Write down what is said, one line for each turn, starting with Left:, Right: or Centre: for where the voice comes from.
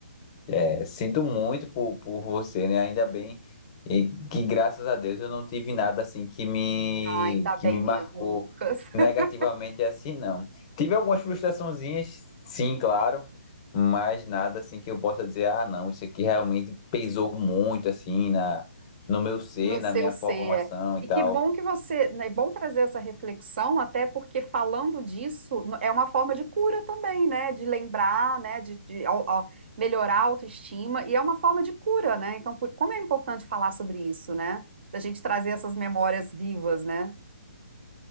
Left: É, Sinto muito por, por você, né? Ainda bem e que graças a Deus eu não tive nada assim que me
Right: Ah, ainda
Left: que
Right: bem
Left: me marcou
Right: mesmo, Lucas, <laughs>
Left: negativamente assim, não. Tive algumas frustraçõezinhas, sim, claro, mas nada assim que eu possa dizer, ah, não, isso aqui realmente pesou muito assim na no meu ser,
Right: no
Left: na
Right: seu
Left: minha
Right: ser.
Left: formação e
Right: E
Left: tal.
Right: que bom que você, né, é bom trazer essa reflexão, até porque falando disso no- é uma forma de cura também, né? De lembrar, né? De, de au- au- melhorar a autoestima, e é uma forma de cura, né? Então, por- como é importante falar sobre isso, né? Da gente trazer essas memórias vivas, né?